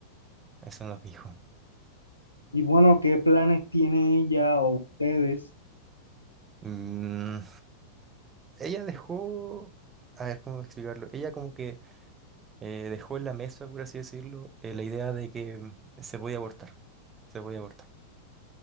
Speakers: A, on the right; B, on the left.
A: Eso nos dijo.
B: Y bueno, ¿qué planes tiene ella o ustedes?
A: Mm, ella dejó, a ver cómo explicarlo, ella como que eh, dejó en la mesa, por así decirlo, eh, la idea de que mm, se podía abortar, se podía abortar.